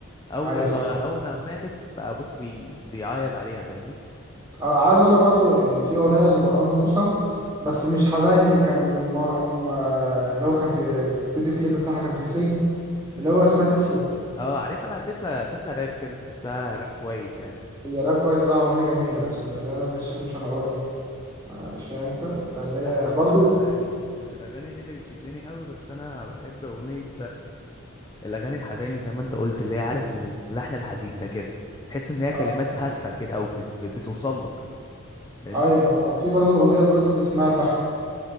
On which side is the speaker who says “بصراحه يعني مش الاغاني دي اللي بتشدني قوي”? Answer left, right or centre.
Left